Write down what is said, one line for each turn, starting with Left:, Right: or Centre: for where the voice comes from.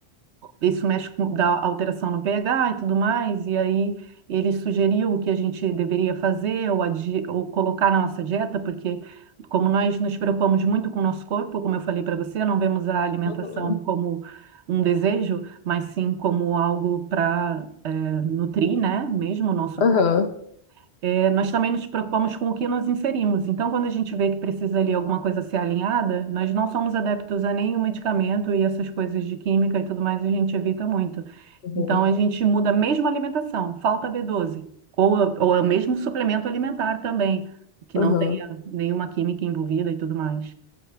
Right: isso mexe com dá alteração no pH e tudo mais, e aí ele sugeriu o que a gente deveria fazer ou, adi- ou colocar na nossa dieta, porque como nós nos preocupamos muito com o nosso corpo, como eu falei para você, não vemos a alimentação
Left: Uhum.
Right: como um desejo, mas sim como algo para nutrir, né, mesmo o nosso
Left: Aham.
Right: corpo é, nós também nos preocupamos com o que nos inserimos. Então, quando a gente vê que precisa ali alguma coisa ser alinhada, nós não somos adeptos a nenhum medicamento e essas coisas de química e tudo mais, a gente evita muito.
Left: Uhum.
Right: Então, a gente muda mesmo a alimentação, falta B12, ou, ou é o mesmo suplemento alimentar também, que
Left: Aham.
Right: não tenha nenhuma química envolvida e tudo mais.